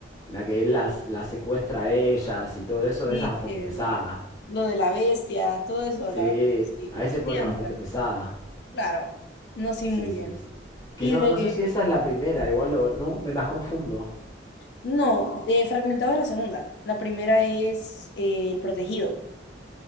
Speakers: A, on the left; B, on the left.
A: la que él las, las secuestra a ellas y todo eso,
B: Sí,
A: esa es bastante
B: eh,
A: pesada.
B: lo de la bestia, todo eso,
A: Sí,
B: la verdad que sí,
A: ahí se pone
B: sí entra,
A: bastante pesada.
B: claro. No, sí,
A: Sí,
B: muy bien.
A: sí. sí. Que
B: Y
A: no,
B: de,
A: no sé si esa es la primera, igual o- no, me las confundo.
B: no, eh, fragmentado es la segunda. La primera es eh, El Protegido.